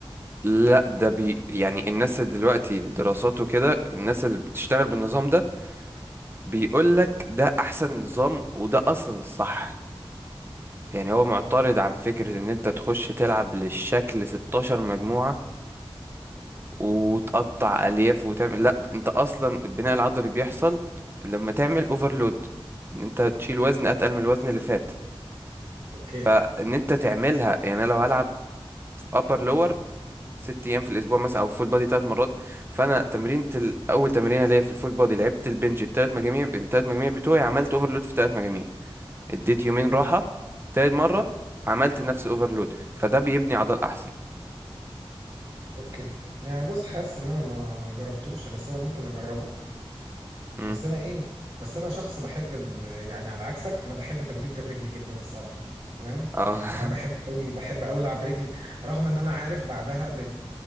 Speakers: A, on the right; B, on the right.
A: لا ده بي يعني الناس اللي دلوقتي الدراسات وكده الناس اللي بتشتغل بالنظام ده بيقول لك ده احسن نظام وده اصلا الصح يعني هو معترض عن فكرة ان انت تخش تلعب للشكل 16 مجموعة وتقطع الياف وتعمل لا انت اصلا البناء العضلي بيحصل لما تعمل اوفرلود ان انت تشيل وزن اتقل من الوزن اللي فات
B: اوكي
A: ان انت تعملها يعني انا لو هلعب ابر لور ست ايام في الاسبوع مثلا او فول بادي ثلاث مرات فانا تمرينة ال- اول تمرينه ليا في الفول بادي لعبت البنج الثلاث مجاميع الثلاث مجاميع بتوعي عملت اوفرلود في الثلاث مجاميع اديت يومين
B: امم
A: راحه تالت مره عملت نفس الاوفرلود فده بيبني عضل احسن
B: اوكي يعني بص حاسس ان انا ما جربتوش بس انا ممكن اجربه
A: مم.
B: بس انا ايه بس انا شخص بحب ال... يعني على عكسك انا بحب تمرين الرجل جدا الصراحه تمام
A: اه
B: يعني بحب قوي بحب قوي العب رجل رغم ان انا عارف بعدها بن